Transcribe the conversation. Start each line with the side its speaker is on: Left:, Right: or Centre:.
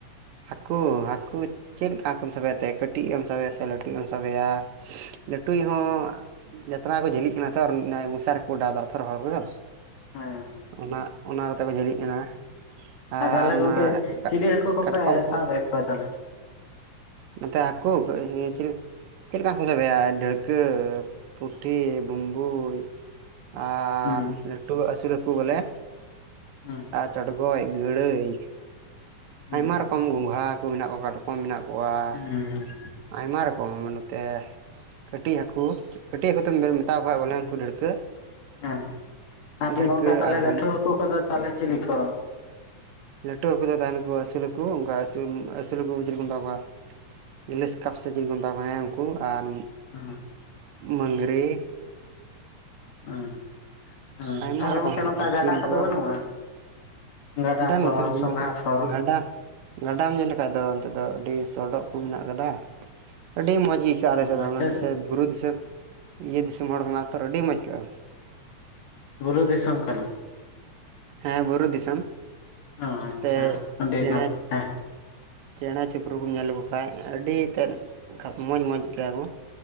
Right: ᱦᱟᱹᱠᱩ ᱦᱟᱹᱠᱩ ᱪᱮᱫ ᱞᱮᱠᱟ ᱦᱟᱹᱠᱩᱢ ᱥᱟᱵᱮᱭᱟ ᱛᱮ ᱠᱟᱹᱴᱤᱡ ᱮᱢ ᱥᱟᱵᱮᱭᱟ ᱥᱮ ᱞᱟᱹᱴᱩ ᱞᱟᱹᱴᱩ ᱭᱤᱡ ᱮᱢ ᱥᱟᱵᱮᱭᱟ ᱞᱟᱹᱴᱩᱭ ᱦᱚᱸ ᱡᱟᱛᱨᱟ ᱠᱚ ᱡᱷᱟᱹᱞᱤᱜ ᱚᱱᱟ ᱛᱚ <unintelligible> ᱨᱮᱠᱚ ᱚᱰᱟᱣ ᱮᱫᱟ <unintelligible>
Left: ᱦᱮᱸ
Right: ᱚᱱᱟ ᱚᱱᱟ ᱠᱟᱛᱮ ᱠᱚ ᱡᱷᱟᱹᱞᱤᱜ ᱠᱟᱱᱟ
Left: ᱛᱟᱦᱞᱮ
Right: ᱟᱨ
Left: ᱜᱚᱢᱠᱮ
Right: ᱚᱱᱟ
Left: ᱪᱤᱞᱤ ᱦᱟᱹᱠᱩ ᱠᱚᱯᱮ
Right: ᱠᱟᱴᱠᱚᱢ ᱠᱚ
Left: ᱥᱟᱵᱮᱫ ᱠᱚᱣᱟ ᱛᱟᱦᱚᱞᱮ
Right: ᱱᱚᱛᱮ ᱦᱟᱹᱠᱩ ᱪᱮᱫ ᱞᱮᱠᱟ ᱪᱤᱞᱤᱢ ᱥᱟᱵᱮᱭᱟ ᱰᱟᱹᱲᱠᱟᱹ ᱯᱩᱴᱷᱤ ᱵᱩᱢᱵᱩᱡ ᱟᱨ
Left: ᱦᱮᱸ
Right: ᱞᱟᱹᱴᱩ ᱟᱹᱥᱩᱞ ᱦᱟᱹᱠᱩ ᱵᱚᱞᱮ
Left: ᱦᱩᱸ
Right: ᱪᱚᱰᱜᱚᱡ ᱜᱟᱹᱲᱟᱹᱭ
Left: ᱦᱩᱸ
Right: ᱟᱭᱢᱟ ᱨᱚᱠᱚᱢ ᱜᱚᱸᱜᱷᱟ ᱠᱚ ᱢᱮᱱᱟᱜ ᱠᱚᱣᱟ ᱠᱟᱴᱠᱚᱢ ᱢᱮᱱᱟᱜ ᱠᱚᱼᱼ ᱠᱚᱣᱟ
Left: ᱦᱩᱸ
Right: ᱟᱭᱢᱟ ᱨᱚᱠᱚᱢ ᱱᱚᱛᱮ ᱠᱟᱹᱴᱤᱡ ᱦᱟᱹᱠᱩ ᱠᱟᱹᱴᱤᱡ ᱦᱟᱹᱠᱩ ᱫᱚᱢ ᱢᱮᱛᱟ ᱠᱚ <unintelligible> ᱵᱚᱞᱮ ᱩᱱᱠᱩ ᱰᱟᱹᱲᱠᱟᱹ
Left: ᱦᱩᱸ ᱟᱨ ᱱᱩᱭ
Right: ᱰᱟᱹᱲᱠᱟᱹ
Left: ᱜᱚᱝᱠᱮ ᱛᱟᱦᱚᱞᱮ
Right: ᱟᱨ ᱵᱩᱢ
Left: ᱞᱟᱹᱴᱷᱩ ᱦᱟᱹᱠᱩ ᱠᱚᱫᱚ ᱛᱟᱦᱞᱚᱞᱮ ᱪᱤᱞᱤ ᱠᱚ
Right: ᱞᱟᱹᱴᱩ ᱦᱟᱹᱠᱩ ᱫᱚ ᱛᱟᱦᱮᱱ ᱱᱟᱠᱩ ᱟᱹᱥᱩᱞ ᱦᱟᱹᱠᱩ ᱚᱱᱠᱟ ᱟᱹᱥᱩᱞ ᱟᱹᱥᱩᱞ ᱠᱩ ᱪᱤᱞᱤ ᱠᱚ ᱢᱮᱛᱟ ᱠᱚᱣᱟ ᱤᱞᱤᱥ ᱠᱟᱯ ᱥᱮ ᱪᱤᱞ ᱠᱚ ᱢᱮᱛᱟ ᱠᱚᱣᱟ ᱦᱮᱸ ᱩᱱᱠᱩ ᱟᱨ
Left: <unintelligible>
Right: ᱢᱟᱹᱝᱨᱤ
Left: ᱟᱪᱪᱷᱟ ᱟᱸᱻ
Right: ᱟᱭᱢᱟ
Left: ᱟᱨ
Right: ᱨᱚᱠᱚᱢ
Left: ᱜᱚᱝᱠᱮ
Right: ᱢᱮᱱᱟᱜ
Left: ᱱᱚᱝᱠᱟ
Right: ᱠᱚᱣᱟ ᱥᱤᱞᱵᱷᱟᱨ
Left: ᱜᱟᱰᱟ ᱠᱚᱫᱚ ᱵᱟᱹᱱᱩᱜᱼᱟ ᱜᱟᱰᱟ ᱠᱚ
Right: ᱱᱚᱛᱮᱢ ᱧᱮᱞ
Left: ᱥᱚᱸᱜᱷᱟ
Right: ᱞᱮᱠᱷᱟᱡ
Left: ᱠᱚ
Right: ᱜᱟᱰᱟ ᱜᱟᱰᱟᱢ ᱧᱮᱞ ᱞᱮᱠᱷᱟᱡ ᱫᱚ ᱚᱱᱛᱮ ᱫᱚ ᱟᱹᱰᱤ ᱥᱚᱰᱚᱜ ᱠᱚ ᱢᱮᱱᱟᱜ ᱟᱠᱟᱫᱟ ᱟᱹᱰᱤ ᱢᱚᱸᱡᱽ ᱜᱤ <unintelligible>
Left: ᱦᱩᱸ
Right: ᱟᱞᱮ ᱥᱮᱫ
Left: ᱟᱪᱪᱷᱟ
Right: ᱫᱚ ᱵᱩᱨᱩ ᱫᱤᱥᱚᱢ ᱤᱭᱟᱹ ᱫᱤᱥᱚᱢ ᱦᱚᱲ <unintelligible> ᱛᱚ ᱟᱹᱰᱤ ᱢᱚᱡᱽ ᱜᱮ ᱟᱹᱭᱠᱟᱹᱜᱼᱟ
Left: ᱵᱩᱨᱩ ᱫᱤᱥᱚᱢ ᱠᱟᱱᱟ
Right: ᱦᱮᱸ ᱵᱩᱨᱩ ᱫᱤᱥᱚᱢ
Left: ᱚ ᱟᱪᱪᱷᱟ
Right: ᱛᱮ
Left: ᱟᱹᱰᱤ
Right: ᱪᱮᱬᱮ
Left: ᱱᱟᱯᱟᱭ ᱦᱮᱸ
Right: ᱪᱮᱬᱮ ᱪᱤᱯᱨᱩ ᱠᱚᱢ ᱧᱮᱞ ᱞᱮᱠᱚ ᱠᱷᱟᱡ ᱟᱹᱰᱤ <unintelligible> ᱛᱮᱫ ᱢᱚᱡᱽ ᱢᱚᱡᱽ ᱜᱮᱭᱟ ᱠᱚ